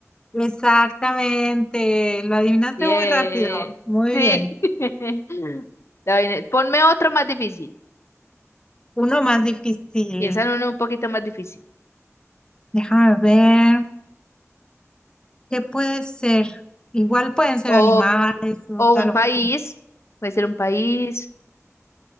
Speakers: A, on the left (about 15°); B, on the left (about 55°).
A: Exactamente, lo adivinaste
B: Yeah.
A: muy rápido. Muy
B: Sí.
A: bien.
B: <laughs> La vaina es- Ponme otro más difícil.
A: Uno más difícil.
B: Piensa en uno un poquito más difícil.
A: Déjame ver. ¿Qué puede ser? Igual pueden ser
B: O,
A: animales, fruta,
B: o un
A: lo
B: país.
A: que sea.
B: Puede ser un país.